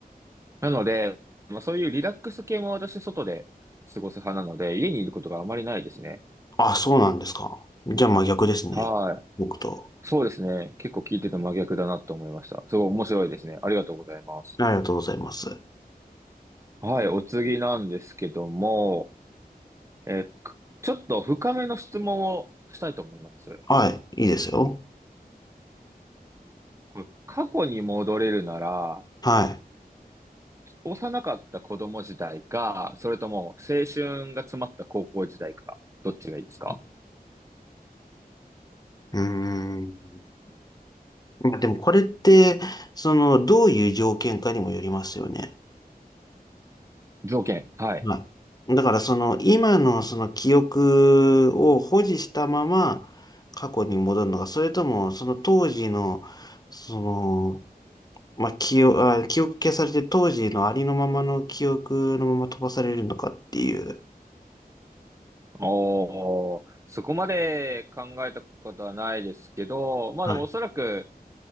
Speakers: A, on the right; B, on the left.
A: なので、まあ、そういうリラックス系も私外で過ごす派なので、家にいることがあまりないですね。
B: あ、そうなんですか。じゃあまあ逆ですね。
A: はい。
B: 僕と。
A: そうですね。結構聞いてて真逆だなと思いました。すごい面白いですね。ありがとうございます。
B: ありがとうございます。
A: はい。お次なんですけども、えー、くちょっと深めの質問をしたいと思います。
B: はい、いいですよ。
A: これ、過去に戻れるなら、
B: はい。
A: 幼かった子供時代か、それとも青春が詰まった高校時代か、どっちがいいですか
B: うーん。まあでもこれって、その、どういう条件かにもよりますよね。
A: 条件。はい。
B: はい。だからその、今のその記憶を保持したまま過去に戻るのか、それともその当時の、その、まあ、記憶、あ、記憶消されて当時のありのままの記憶のまま飛ばされるのかっていう。
A: おー、そこまで考えたことはないですけど、まあでもおそらく
B: はい。